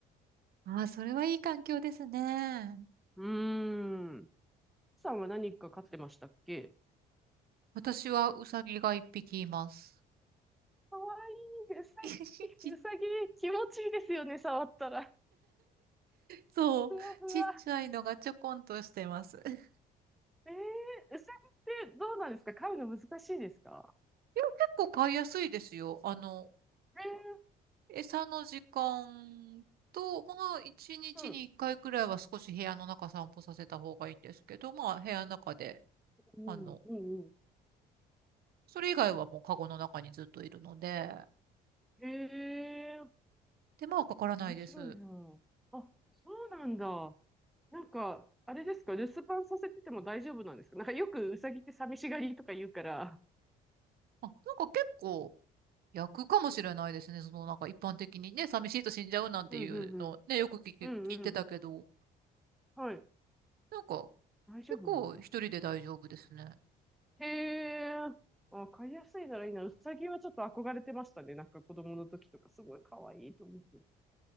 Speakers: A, on the right (about 65°); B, in the centre.
A: ああ、それはいい環境ですね。
B: うーん。さんは何か飼ってましたっけ
A: 私はウサギが一匹います。
B: かわいい、うさ
A: <laughs> ちっ
B: ぎ、うさぎ、気持ちいいですよね、触ったら。
A: そう。
B: ふわふわ。
A: ちっちゃいのがちょこんとしてます。<laughs> いや、
B: えー、うさぎってどうなんですか飼うの難しいですか
A: 結構買いやすいですよ。あの、
B: え
A: 餌の時間と、まあ、1日に1回くらいは少し部屋の中散歩させた方がいいんですけど、
B: ー、うん。
A: まあ、部屋の中で、
B: うん、
A: あの、
B: うん、うん。
A: それ以外はもうカゴの中にずっといるので、
B: えー
A: 手間はかからないです。
B: 面白いな。あ、そうなんだ。なんか、あれですか、留守番させてても大丈夫なんですかなんかよくウサギって寂しがりとか言うから。
A: あ、なんか結構役かもしれないですね。その、なんか一般的にね、寂しいと死んじゃうなんていうのね、
B: うんうんうん。
A: よく聞き、
B: うんうん。
A: 聞いてたけど、
B: はい。
A: なんか
B: 大丈夫なんだ。
A: 結構一人で大丈夫ですね。
B: へえ。あ、飼いやすいならいいな。ウサギはちょっと憧れてましたね。なんか子供の時とかすごい可愛いと思って。